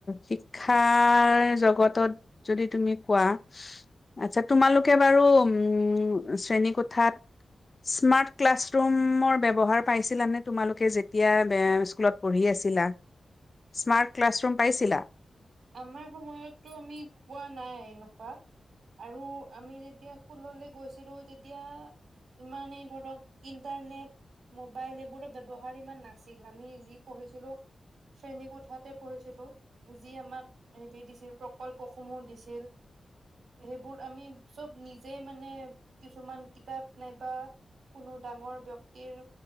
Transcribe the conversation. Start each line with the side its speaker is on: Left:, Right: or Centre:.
Left: শিক্ষাৰ জগতত যদি তুমি কোৱা, আচ্ছা তোমালোকে বাৰু উম, শ্ৰেণী কোঠাত স্মাৰ্ট ক্লাছ ৰুমৰ ব্যৱহাৰ পাইছিলা নে তোমালোকে যেত এতিয়া বেৰ স্কুলত পঢ়ি আছিলা, স্মাৰ্ট ক্লাছৰুম পাইছিলা?
Right: আমাৰ সময়ততো আমি পোৱা নাই এনেকুৱা। আৰু আমি যেতিয়া স্কুললে গৈছিলোঁ তেতিয়া ইমানেই ধৰক ইণ্টাৰনেট মোবাইল এইবোৰৰ ব্যৱহাৰ ইমান নাছিল। আমি যি পঢ়িছিলোঁ শ্ৰেণীকোঠাতে পঢ়িছিলো। যি আমা এ, দি দিছিল প্ৰকল্পসমূহ দিছিল। সেইবোৰ আমি চব নিজে মানে কিছুমান কিতাপ নাইবা কোনো ডাঙৰ ব্যক্তিৰ